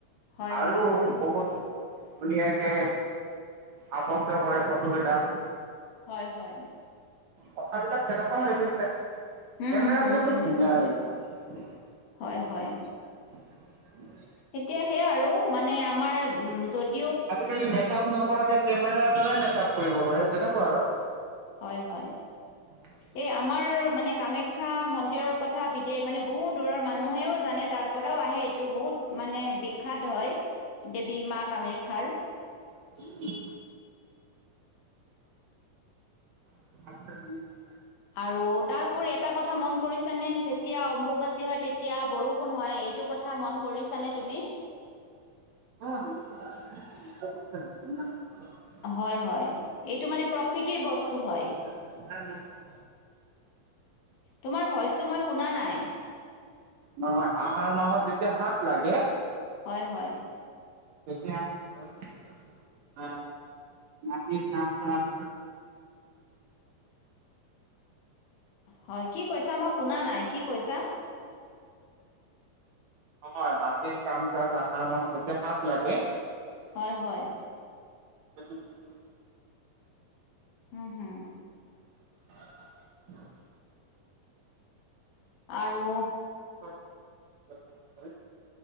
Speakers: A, on the left; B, on the right.
A: হয়,
B: আৰু
A: হয়, হয়,
B: বহুত ধুনীয়াকে আৱদ্ধ কৰে ফটোবিলাক।
A: হয় হয়।
B: কথাবিলাক তেনেকুৱা হৈ গৈছে,
A: হুম,
B: কেমেৰা
A: হুম, হুম,
B: বিলাকো
A: তেনেকা
B: ধুনীয়া হৈ
A: হয়,
B: গৈছে।
A: হয় হয়।
B: <unintelligible>
A: এতিয়া সেই আৰু মানে আমাৰ য'ত
B: আজিকালি মেকাআপ নকৰাকে কেমেৰা দ্বাৰা মেকাআপ কৰিব পাৰে তেনেকুৱা আৰু।
A: হয় হয়।
B: <unintelligible>
A: এই আমাৰ মানে কামাখ্যা মন্দিৰৰ কথা বিদে মানে বহুত দূৰৰ মানুহেও জানে তাৰ পৰাও আহে। টো বহুত মানে বিখ্যাত হয়, দেৱী মা কামাখ্যাৰ।
B: <unintelligible> <unintelligible>
A: আৰু তাৰওপৰি এটা কথা মন কৰিছে নে যেতিয়া অম্বুবাচী হয় তেতিয়া বৰষুণ হয়। এইটো কথা মন কৰিছা নে তুমি?
B: <inaudible>
A: হয় হয়, এইটো মানে প্ৰকৃতিৰ বস্তু হয়।
B: <unintelligible>
A: তোমাৰ ভইচটো মই শুনা নাই?
B: নহয় আহাৰ মাহত যেতিয়া হাত লাগে।
A: হয় হয়।
B: <inaudible>
A: হয় কি কৈছা, মই শুনা নাই কি কৈছা?
B: নহয় মাটিৰ কাম কাজ আহাৰ মাহত যেতিয়া হাত লাগে।
A: হয় হয়।
B: <unintelligible>
A: হুম হুম।
B: <unintelligible>
A: আৰু
B: <inaudible>